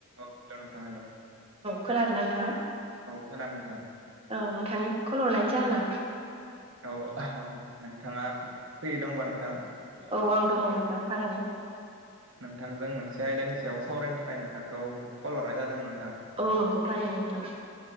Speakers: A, on the right (about 65°); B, on the right (about 25°).
A: औ हेल' नोंथा हेल'
B: खोनादों नोंथांङा
A: खोनादों नोंथां
B: औ नोंथांनि कल हरनायनि जाहोना
A: औ नोंथाङा फ्रि दंबा नोंथां
B: औ आं दंङ नोंथां थारैनो
A: नोंथांजों मोनसे आयदानि सायाव सावरायनो थाखाय नोंथांखौ कल हरनाय जादों नों
B: औ नंगौथारै नोंथां